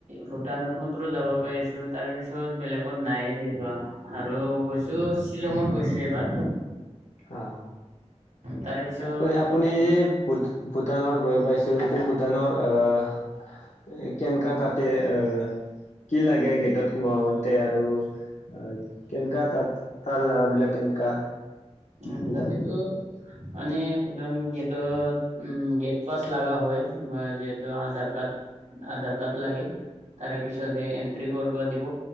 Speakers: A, on the right; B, on the left.
A: ভূটানত মাত্ৰ যাব পাৰিছো তাৰ পিছত বেলেগত নাই দে যোৱা। আৰু গৈছো শ্বিলঙত গৈছো এইবাৰ।
B: অ,
A: তাৰে পিছত
B: আপুনি- আপুনি
A: ক'তো
B: এই
A: যোৱা
B: যে ভূট - ভূটানত গৈ পাইছো এইটো ভূটানৰ আহ এ কেনকা তাত তে আহ কি লাগে গেটত সোমাওতে আৰু আ কেনেকা তাত তাৰ জাগাবিলাক কেনেকা?
A: উম
B: এইবিলাক
A: তাতেটো
B: <inaudible>
A: মানে সুটন গেটত উম গেট পাছ লাগা হয়, তোমাৰ যিহেতু আধাৰ কাৰ্ড আধাৰ কাৰ্ড লাগে তাৰে পিছত সে এন্ট্ৰি কৰিব দিব।